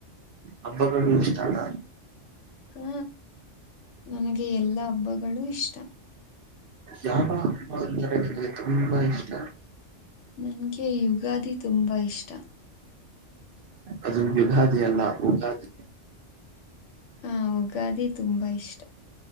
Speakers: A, on the right; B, on the left.
A: ಹಬ್ಬಗಳು ಇಷ್ಟ ಅಲ್ಲ
B: ಹಾ ನನಗೆ ಎಲ್ಲಾ ಹಬ್ಬಗಳೂ ಇಷ್ಟ
A: ಯಾವ ಅಮ್ಮ ಅಂದಾರಗೆ ತುಂಬಾ ಇಷ್ಟ
B: ನನ್ಗೆ ಯುಗಾದಿ ತುಂಬಾ ಇಷ್ಟ
A: ಅದು ಯುಗಾದಿ ಅಲ್ಲ ಉಗಾದಿ
B: ಹಾ ಉಗಾದೆ ತುಂಬಾ ಇಷ್ಟ